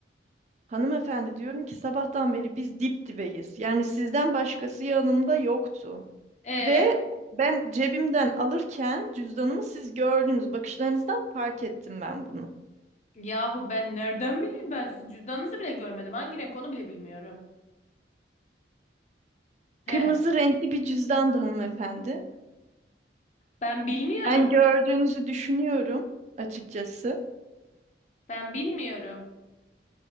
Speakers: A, on the right; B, on the left.
A: Hanımefendi diyorum ki sabahtan beri biz dip dibeyiz. Yani sizden başkası yanımda yoktu.
B: E
A: Ve ben cebimden alırken cüzdanımı siz gördünüz. Bakışlarınızdan fark ettim ben bunu.
B: Yahu ben nereden bileyim ben sizin cüzdanınızı bile görmedim. Hangi renk onu bile bilmiyorum. He,
A: Kırmızı renkli bir cüzdandı hanımefendi.
B: ben bilmiyorum.
A: Ben gördüğünüzü düşünüyorum açıkçası.
B: Ben bilmiyorum.